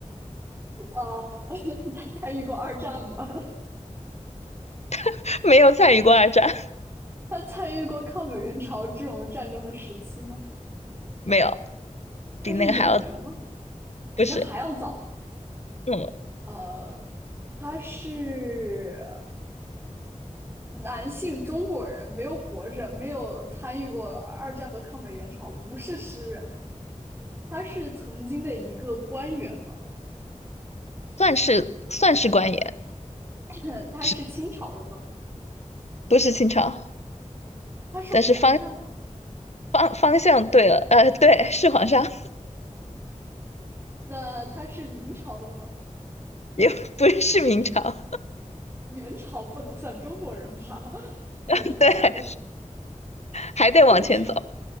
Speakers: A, on the right; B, on the left.
A: 呃，<laughs> 他参与过二战吗？<laughs>
B: <laughs> 没有参与过二战，
A: 他参与过抗美援朝这种战争的时期吗？
B: 没有，
A: 他是演员吗？
B: 比那个还要
A: 比那还要早。
B: 不是，嗯，
A: 呃，他是男性中国人，没有活着，没有参与过二战和抗美援朝，不是诗人。他是曾经的一个官员吗？
B: 算是算是官员，
A: <coughs> 他是清朝的吗？
B: 只不是清朝，
A: 他是皇上吗？
B: 但是方方方向对了，呃，对，是皇上，
A: 那他是明朝的吗？
B: <laughs> 也不是明朝，
A: 元朝不能算中国人吧？<laughs> 元朝算中国，
B: <laughs> 对，还得往前走，
A: 元朝。